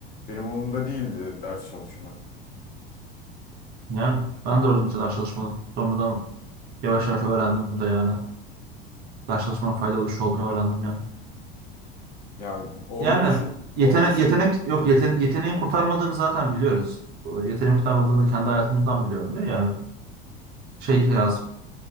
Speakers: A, on the left (about 30°); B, on the right (about 35°).
A: benim umurumda değildi ders çalışmak.
B: yani ben de orada hiç ders çalışmadım. Sonradan yavaş yavaş öğrendim de yani. Ders çalışmanın faydalı bir şey olduğunu öğrendim yani.
A: Ya onu
B: Yani
A: düşün
B: yetenek,
A: onu düşünün.
B: yetenek yok
A: Hı,
B: yeten, yeteneğin kurtarmadığını zaten biliyoruz. O Yeteneğin kurtarmadığını kendi hayatımdan biliyorum ya yani. Şey lazım.